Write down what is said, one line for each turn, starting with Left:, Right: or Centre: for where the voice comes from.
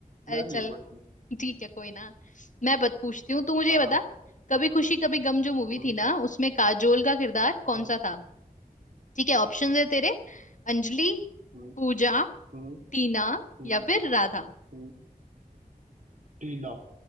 Left: अरे
Right: मैं
Left: चल
Right: नहीं उबरती
Left: ठीक है कोई ना मैं बत पूछती हूँ तू मुझे
Right: हाँ
Left: ये बता
Right: हाँ,
Left: कभी खुशी कभी गम जो मूवी
Right: हम्म
Left: थी ना उसमें काजोल का किरदार कौन
Right: हम्म
Left: सा था ठीक है ऑप्शंस है तेरे अंजलि
Right: हम्म
Left: पूजा
Right: हम्म
Left: टीना
Right: हम्म
Left: या फिर राधा
Right: हम्म, टीना